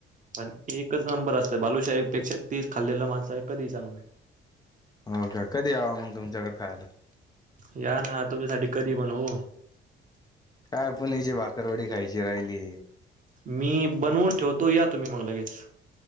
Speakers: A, on the right; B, on the left.
A: पण एकच नंबर असतोय बालूशाहीब पेक्षा तेीच खाल्लेल्या माणसाने कधी चांगलं
B: हो का कधी यावा मग तुमच्याकडे खायला
A: या ना तुमच्यासाठी कधी पण हो
B: काय आपण याची भाकरवाडी खायची राहिली
A: मी बनवून ठेवतो या तुम्ही मग लगेच